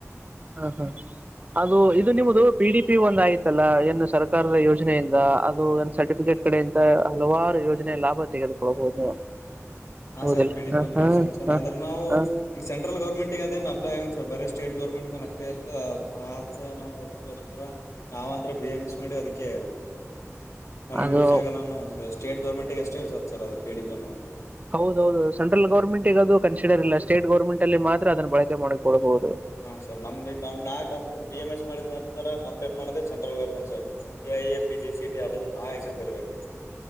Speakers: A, on the right; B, on the left.
A: ಹಾ ಹಾ ಅದು ಇದು ನಿಮ್ಮದು ಪಿ ಡಿ ಪಿ ಒಂದು ಆಯ್ತಲ್ಲ ಏನ್ ಸರ್ಕಾರದ ಯೋಜನೆಯಿಂದ ಅದು ಏನ್ ಸರ್ಟಿಫಿಕೇಟ್ ಕಡೆಯಂತ ಹಲವಾರು ಯೋಜನೆಯ ಲಾಭ ತೆಗೆದುಕೊಳ್ಬಹುದು.
B: ಹಾ
A: ಹೌದಿಲ್ಲ
B: ಸರ್ ಪಿ ಡಿ
A: ಹ,
B: ಪಿ ಒ್ ಮಾಡ್ಸಬೇಕು
A: ಹ,
B: ಸರ್
A: ಹ,
B: ಅಂದ್ರ್ ನಾವು
A: ಹ.
B: ಈಗ ಸೆಂಟ್ರಲ್ ಗೌರ್ಮೆಂಟಿಗೆ ಅದೇನು ಅಪ್ಲೈ ಆಗಲ್ಲ ಸರ್ ಬರೇ. ಸ್ಟೇಟ್ ಗೌರ್ಮೆಂಟ್ ಮೇಲೇ ಅಷ್ಟೇ ಇರುತ್ತೆ ಅದೇನೋ ಅದುಕೋಸ್ಕರ ನಾವ್ಂದ್ರ ಬಿ ಎಮ್ ಎಸ್ ಮಾಡಿ ಅದಕ್ಕೆ. ನಮ್ಗೆ
A: ಅದು
B: ಯೂಸ್ ಆಗಲ್ಲಾನ ಒಂದು ಸ್ಟೇಟ್ ಗೌರ್ಮೆಂಟ್ಗೆ ಅಷ್ಟೇ ಯೂಸ್ ಆಗುತ್ತೇ ಸರ್ ಅದು ಪಿ ಡಿ ಪಿ ನೂ.
A: ಹೌದೌದು ಸೆಂಟ್ರಲ್ ಗೌರ್ಮೆಂಟ್ ಗೆ ಅದು ಕನ್ಸಿಡರ್ ಇಲ್ಲ ಸ್ಟೇಟ್ ಗೌರ್ಮೆಂಟ್ ಅಲ್ಲಿ ಮಾತ್ರ ಅದನ್ನ ಬಳಕೆ ಮಾಡಿಕೊಡಬಹುದು.
B: ಹಾ ಸರ್ ನಮ್ದಿಾ ನಾ ಬಿ ಎಂ ಎಸ್ ಮಾಡಿದ್ ನಂತರ ಕಂಪ್ಲೀಟ್ ಮಾಡ್ದ. Central government sir A I A P G C T ಅದು ಆ ಎಕ್ಸಾಮ ಬರೀಬೇಕು.